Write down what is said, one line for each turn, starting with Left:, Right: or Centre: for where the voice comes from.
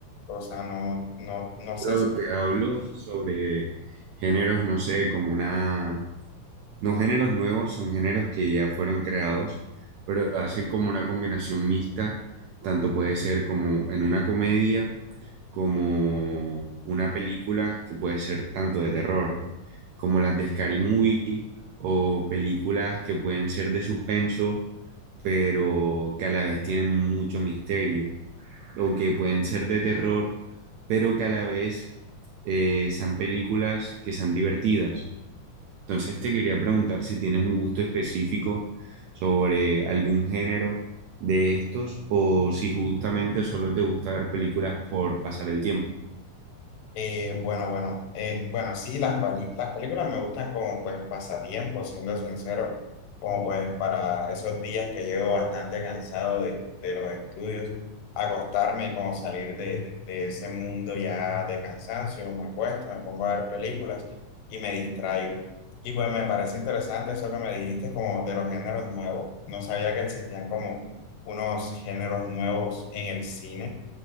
Left: O sea, no, no, no sé.
Right: Pero te hablo sobre géneros, no sé, como una... No géneros nuevos, son géneros que ya fueron creados, pero hacen como una combinación mixta, tanto puede ser como en una comedia, como una película que puede ser tanto de terror, como las de Scary Movie, o películas que pueden ser de suspenso pero que a la vez tienen mucho misterio, o que pueden ser de terror, pero que a la vez eh, sean películas que sean divertidas. Entonces te quería preguntar si tienes un gusto específico sobre algún género de estos o si justamente solo te gusta ver películas por pasar el tiempo.
Left: Eh, bueno, bueno, eh, bueno, sí, las, pali- las películas me gustan como pues pasatiempos, siendo sincero, como pues para esos días que llego bastante cansado de, de los estudios, acostarme y como salir de, de ese mundo ya de cansancio, me acuesto, me pongo a ver películas y me distraigo. Y pues me parece interesante eso que me dijiste como de los géneros nuevos, no sabía que existían como unos géneros nuevos en el cine